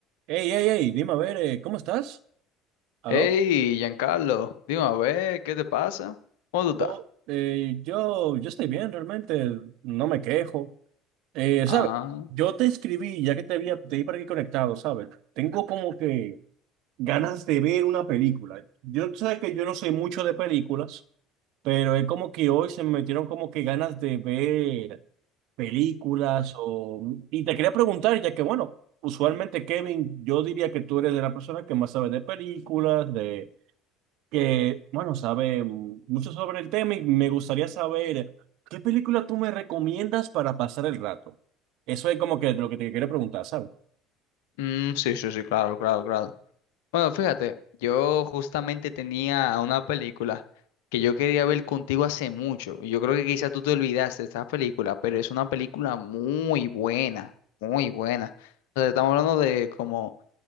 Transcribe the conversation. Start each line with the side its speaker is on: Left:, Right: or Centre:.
Right: Hey, hey, hey, dime a ver, eh, ¿cómo estás? ¿Aló?
Left: Hey, Giancarlo, dime a ver, ¿qué te pasa? ¿Cómo tú
Right: Yo,
Left: estás?
Right: eh, yo, yo estoy bien, realmente, no me quejo. Eh,
Left: Ah,
Right: ¿sabes? Yo te escribí, ya que te había, te vi por aquí conectado, ¿sabes? Tengo como que ganas de ver una película. Yo, tú sabes que yo no soy mucho de películas, pero es como que hoy se me metieron como que ganas de ver películas o... Y te quería preguntar, ya que, bueno, usualmente, Kevin, yo diría que tú eres de la persona que más sabe de películas, de que, bueno, sabe mm, mucho sobre el tema y me gustaría saber qué película tú me recomiendas para pasar el rato. Eso es como que lo que te quiero preguntar, ¿sabes?
Left: mm, sí, sí, sí, claro, claro, claro. Bueno, fíjate, yo justamente tenía una película que yo quería ver contigo hace mucho. y Yo creo que quizás tú te olvidaste de esta película, pero es una película muy buena, muy buena. O sea, estamos hablando de como